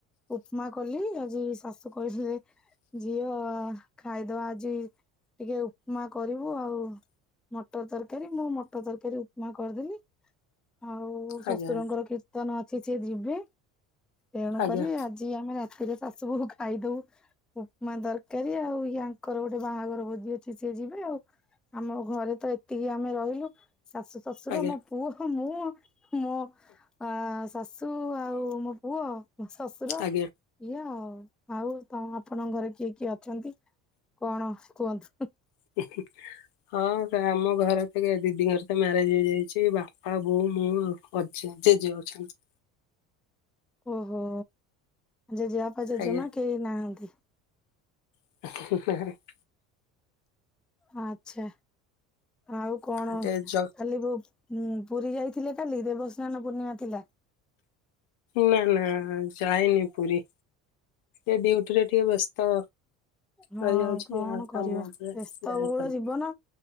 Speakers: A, in the centre; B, on the left.
A: ଉପମା କଲି, ଆଜି ଶାଶୁ କହିଥିଲେ ଝିଅ ଖାଇଦବା ଆଜି, ଟିକେ ଉପମା କରିବୁ ଆଉ ମଟର ତରକାରୀ, ମୁଁ ମଟର ତରକାରୀ ଉପମା କରିଦେଲି। ଆଉ ଶ୍ୱଶୁରଙ୍କର
B: ଆଜ୍ଞା
A: କୀର୍ତ୍ତନ ଅଛି ସିଏ ଯିବେ। ତେଣୁକରି
B: ଆଜ୍ଞା
A: ଆଜି ଆମେ ରାତିରେ ଶାଶୁ ବୋହୁ ଖାଇଦବୁ ଉପମା ତରକାରୀ ଆଉ, ୟାଙ୍କର ଗୋଟେ ବାହାଘର ଭୋଜି ଅଛି ସିଏ ଯିବେ ଆଉ। ଆମ ଘରେ ତ ଏତିକି ଆମେ ରହିଲୁ ଶାଶୁ, ଶ୍ୱଶୁର,
B: ଆଜ୍ଞା
A: ମୋ ପୁଅ, ମୁଁ ମୋ ଆ ଶାଶୁ, ଆଉ ମୋ ପୁଅ, ମୋ ଶଶୁର
B: ଆଜ୍ଞା
A: ଇଆ ଆଉ, ଆଉ ତମ ଆପଣଙ୍କ ଘରେ କିଏ କିଏ ଅଛନ୍ତି, କଣ କୁହନ୍ତୁ?
B: <unintelligible> ହଁ ଆମ ଘରେ ତ ଦିଦିଙ୍କର ତ ମ୍ୟାରେଜ ହେଇଯାଇଛି, ବାପା, ବୋଉ, ମୁଁ ଆଉ। ଅଜା ଜେଜେ ଅଛନ୍ତି।
A: ଓହୋ, ଜେଜେବାପା, ଜେଜେମା
B: ଆଜ୍ଞା
A: କେହିି ନାହାନ୍ତି?
B: <unintelligible>
A: ଆଛା, ଆଉ କଣ
B: ଟିକେ ଜ
A: କାଲିି ବୁ ହୁଁ, ପୁରୀ ଯାଇଥିଲେ କାଲି ଦେବସ୍ନାନ ପୂର୍ଣ୍ଣିମା ଥିଲା।
B: ନା ନା ଯାଇନି ପୁରୀ। ଏ ଡିୟୁଟି ରେ ଟିକେ ବ୍ୟସ୍ତ।
A: ହଁ
B: ରହିଯାଉଛି
A: କଣ
B: ଆଉ କାମ
A: କରିବା,
B: ଉପରେ
A: ବ୍ୟସ୍ତ
B: ଯାଇପାରୁନି
A: ବହୁଳ ଜୀବନ,